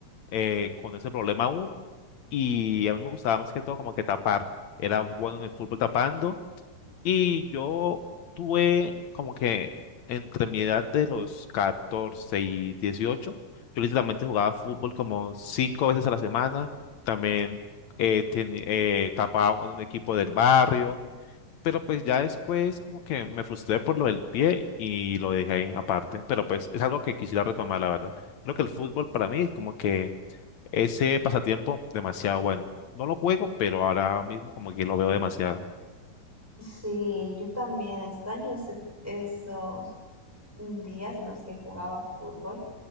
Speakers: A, on the left; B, in the centre.
A: eh, con ese problema aún Y a mí me gustaba más que todo como que tapar. Era bueno en el fútbol tapando. Y yo tuve como que entre mi edad de los 14 y 18, yo literalmente jugaba fútbol como cinco veces a la semana. También eh, teni- eh, tapaba en un equipo del barrio. Pero pues ya después como que me frustré por lo del pie y lo dejé aparte. Pero pues es algo que quisiera retomar, la verdad. Creo que el fútbol para mí es como que ese pasatiempo, demasiado bueno. No lo juego, pero ahora mismo como que lo veo demasiado.
B: Sí, yo también extraño ese- eso, días en los que jugaba fútbol.